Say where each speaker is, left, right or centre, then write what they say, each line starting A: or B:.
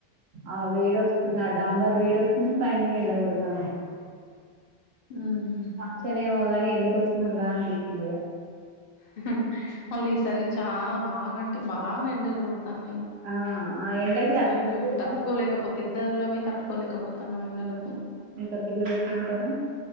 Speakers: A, on the right; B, on the left.
A: ఆ వేడి వస్తుంది ఆ డాంబర్ వేడి వస్తుంది పైన నుండి ఎండగోడతాంది.
B: ఆహ్.
A: ఫంక్షనే మో గాని ఎందుకు వస్తున్నాంరా అనిపించింది ఇగ.
B: ఉహ్ మళ్ళీ ఈసారి చాలా బాగాంటే బాగా ఎండలు కొడతున్నయ్.
A: ఆ ఆ ఎండకి
B: అసలు
A: ఆ తిండి కూడా
B: తట్టుకోలేకపో పెద్దోళ్ళమే తట్టుకోలేక పోతున్నమ్ ఎండలకు.
A: ఇంకా పిల్లలు ఎట్లుంటరు.